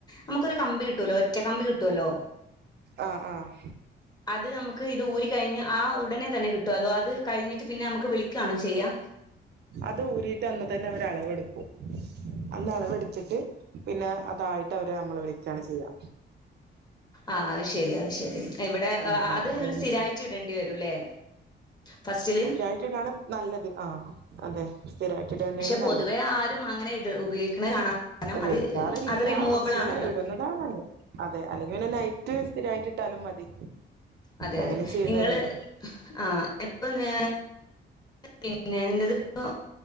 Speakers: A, on the left; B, on the right.
A: അമ്മക്കൊരു കമ്പി കിട്ടുലോ ഒറ്റ കമ്പി കിട്ടുലോ
B: ആഹ് ആഹ്
A: അത് അമ്മക്ക് ഇത് ഊരി കഴിഞ്ഞ് ആഹ് ഉടനെ തന്നെ കിട്ടോ അതോ അത് കഴിഞ്ഞിട്ട് പിന്നെ നമ്മക്ക് വിളിക്കണോ ചെയ്യാ?
B: അത് ഊരിട്ട് അന്ന് തന്നെ അവര് അളവെടുക്കും അന്ന് അളവെടുത്തിട്ട് പിന്നെ അതായിട്ട് അവര് അമ്മളെ വിളിക്കാണ് ചെയ്യാ
A: ആഹ് അത് ശെരി അത് ശെരി ഇവടെ
B: ആഹ് ആഹ്
A: അത്
B: അങ്ങനെ
A: ഇങ്ങനെ സ്ഥിരായിട്ട്
B: ശരി
A: ഇടേണ്ടി വരൂല്ലേ ഫസ്റ്റില്
B: <unintelligible> നല്ലത് ആഹ് അതെ സ്ഥിരായിട്ടിടന്നെയാണ്
A: പക്ഷെ
B: നല്ലത്
A: പൊതുവേ ആരും അങ്ങനെ ഇട് ഉപയോഗിക്ക്ണ കാണാ കാരണം
B: ഉപയോഗിക്കാറില്ല
A: അത് അത് റിമൂവബിൾ
B: പക്ഷെ
A: ആണല്ലോ
B: ഇടുന്നതാണ് നല്ലത് അതെ അല്ലെങ്കി പിന്നെ നൈ റ്റ് സ്ഥിരായിട്ട് ഇട്ടാലും മതി
A: അതെ
B: അങ്ങനെ
A: അതെ
B: ചെയ്യുന്നവരുണ്ട്
A: ഇങ്ങള് ആഹ് എപ്പൊന്നെ പിന്നെ ഇന്റത് ഇപ്പോ